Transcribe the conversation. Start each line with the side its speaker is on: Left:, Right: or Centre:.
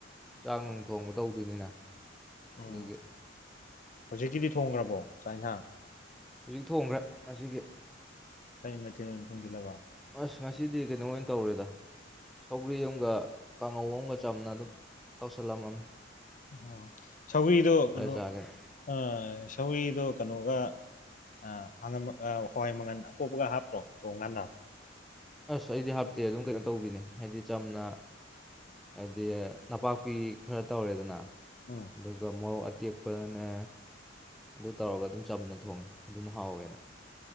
Centre: ꯆꯥꯛ ꯅꯨꯡ ꯊꯣꯡꯕ ꯇꯧꯗꯨꯏꯅꯤꯅ
Left: ꯎꯝ
Centre: ꯗꯨꯒꯤ
Left: ꯍꯧꯖꯤꯛꯀꯤꯗꯤ ꯊꯣꯡꯈ꯭ꯔꯕꯣ ꯆꯥꯛ ꯏꯟꯁꯥꯡ
Centre: ꯍꯧꯖꯤꯛ ꯊꯣꯡꯈ꯭ꯔꯦ ꯉꯁꯤꯒꯤ
Left: ꯀꯩ ꯃꯊꯦꯜ ꯑꯣꯏꯟ ꯊꯣꯡꯖꯤꯜꯂꯕ
Centre: ꯑꯁ ꯉꯁꯤꯗꯤ ꯀꯩꯅꯣ ꯑꯣꯏꯅ ꯇꯧꯔꯦꯗ ꯁꯧꯒ꯭ꯔꯤ ꯑꯝꯒ ꯀꯥꯡꯉꯧ ꯑꯝꯒ ꯆꯝꯅ ꯑꯗꯨꯝ ꯇꯧꯁꯜꯂꯝꯃꯝ
Left: ꯑꯣ ꯁꯧꯒꯔ꯭ꯤ ꯗꯣ ꯀꯅꯣ
Centre: ꯆꯥꯒꯦꯅ
Left: ꯑ ꯁꯧꯒꯔ꯭ꯤ ꯗꯣ ꯀꯅꯣꯒ ꯑ ꯍꯉꯝ ꯑ ꯍꯋꯥꯏ ꯃꯪꯒꯟ ꯑꯄꯣꯛꯄꯒ ꯍꯥꯞꯇ꯭ꯔꯣ ꯊꯣꯡꯒꯥꯟꯗ
Centre: ꯑꯁ ꯑꯩꯗꯤ ꯍꯥꯞꯇꯦ ꯑꯗꯨꯝ ꯀꯩꯅꯣ ꯇꯧꯕꯤꯅꯦ ꯍꯥꯏꯗꯤ ꯆꯝꯅ ꯍꯥꯏꯗꯤ ꯅꯄꯥꯛꯄꯤ ꯈꯔ ꯇꯧꯔꯦꯗꯅ
Left: ꯎꯝ
Centre: ꯑꯗꯨꯒ ꯃꯣꯔꯣꯛ ꯑꯇꯦꯛꯄꯅꯅꯦ ꯑꯗꯨ ꯇꯧꯔꯒ ꯑꯗꯨꯝ ꯆꯝꯅ ꯊꯣꯡꯉꯦ ꯑꯗꯨꯅ ꯍꯥꯎꯋꯦꯅ